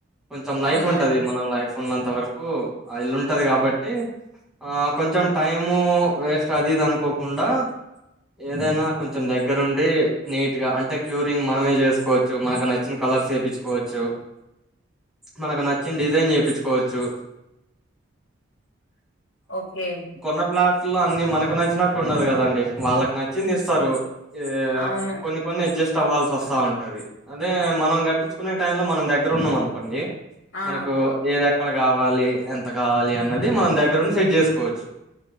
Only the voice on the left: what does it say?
అవునవును
ఆ
ఓకే
అవును
ఆ